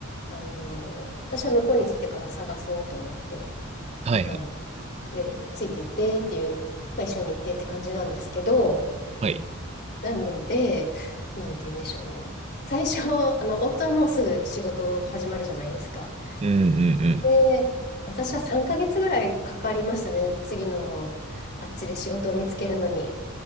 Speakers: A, on the left; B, on the right.
A: あの、私は向こうに着いてから探そうと思って、
B: はいはい。
A: あの、で、ついて行ってっていう、まあ、一緒に行ってって感じなんですけど、
B: はい。
A: なので、なんて言うんでしょうね。最初、あの、夫はもうすぐ仕事始まるじゃないですか。
B: うんうん
A: で、私は3ヶ月ぐらいかかりましたね。次の、あっちで仕事を見つけるのに。